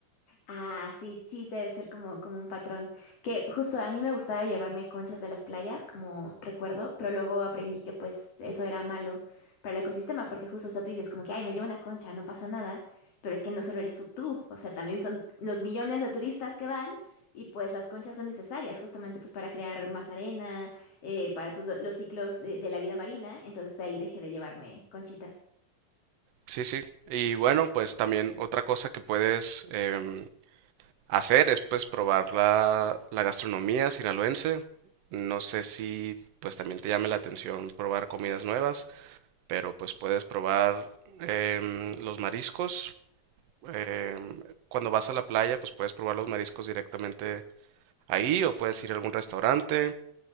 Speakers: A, on the left (about 50°); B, on the right (about 60°).
A: Ah, sí, sí, debe ser como, como un patrón. Que justo a mí me gustaba llevarme conchas de las playas, como recuerdo, pero luego aprendí que pues eso era malo para el ecosistema, porque justo, o sea, tú dices como que, ay, me llevo una concha, no pasa nada, pero es que no solo eres tú, tú, o sea, también son los millones de turistas que van y pues las conchas son necesarias justamente pues para crear más arena, eh, para pues lo- los ciclos eh, de la vida marina, entonces de ahí dejé de llevarme conchitas.
B: Sí, sí. Y bueno, pues también otra cosa que puedes em, hacer es pues probar la, la gastronomía sinaloense. No sé si pues también te llame la atención probar comidas nuevas, pero pues puedes probar em, los mariscos. em, cuando vas a la playa, pues puedes probar los mariscos directamente ahí o puedes ir a algún restaurante.